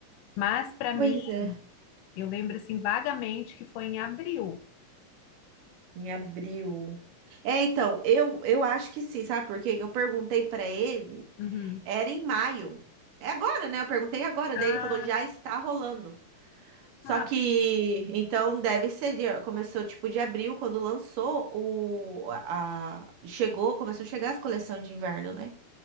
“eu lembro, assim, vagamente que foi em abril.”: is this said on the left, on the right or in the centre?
Left